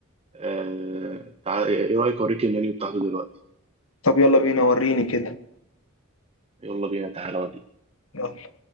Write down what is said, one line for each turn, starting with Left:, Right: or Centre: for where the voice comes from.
Right: آه... تعال... ايه رأيك اوريك المنيو بتاعته دلوقتي
Left: طب يلا بينا وريني كده
Right: يلا بينا تعالى اوريك
Left: يلا.